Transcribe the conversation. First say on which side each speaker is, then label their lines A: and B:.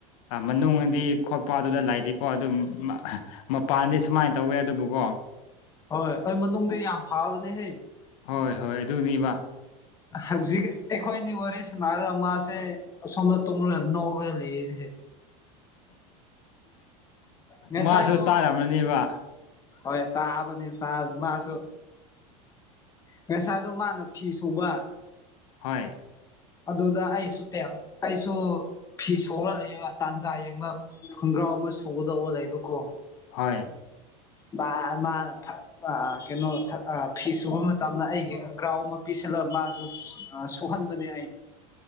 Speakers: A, on the left (about 70°); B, on the left (about 20°).
A: ꯃꯅꯨꯡꯗꯤ ꯈꯣꯠꯄ ꯑꯗꯨꯗ ꯂꯩꯇꯦꯀꯣ ꯑꯗꯨ ꯃꯄꯥꯟꯗꯤ ꯁꯨꯃꯥꯏꯅ ꯇꯧꯋꯦ ꯑꯗꯨꯕꯨꯀꯣ
B: ꯍꯣꯏ ꯑꯗꯨ ꯃꯅꯨꯡꯗꯗꯤ ꯌꯥꯝ ꯊꯥꯕꯅꯦꯍꯩ
A: ꯍꯣꯏ ꯍꯣꯏ ꯑꯗꯨꯅꯦꯕ
B: ꯍꯧꯖꯤꯛ ꯑꯩꯈꯣꯏꯅꯤ ꯋꯥꯔꯤ ꯁꯥꯟꯅꯔꯒ ꯃꯥꯁꯦ ꯑꯁꯣꯝꯗ ꯇꯣ ꯅꯧꯔ ꯂꯩꯔꯤꯁꯦ <inaudible> ꯉꯁꯥꯏꯗꯣ
A: ꯃꯥꯁꯨ ꯇꯥꯔꯔꯕꯅꯦꯕ
B: ꯍꯣꯏ ꯇꯥꯕꯅꯤ ꯇꯥ ꯃꯥꯁꯨꯣ ꯉꯁꯥꯏꯗꯣ ꯃꯥꯅ ꯐꯤ ꯁꯨꯕ
A: ꯍꯣꯏ
B: ꯑꯗꯨꯗ ꯑꯩ ꯁꯇꯦ ꯑꯩꯁꯨ ꯐꯤ ꯁꯣꯛꯂ ꯂꯩꯕ ꯇꯥꯟꯖꯥ ꯌꯦꯡꯕ ꯐꯪꯕ ꯒ꯭ꯔꯥꯎ ꯑꯃ ꯁꯨꯒꯗꯧꯕ ꯂꯩꯕꯀꯣ
A: ꯍꯣꯏ
B: ꯃꯥ ꯃꯥꯅ ꯐ ꯀꯩꯅꯣ ꯐꯤ ꯁꯨꯕ ꯃꯇꯝꯗ ꯑꯩꯒꯤ ꯒ꯭ꯔꯥꯎ ꯑꯃ ꯄꯤꯁꯤꯜꯂꯒ ꯃꯥꯁꯨ ꯐꯟꯕꯅꯦ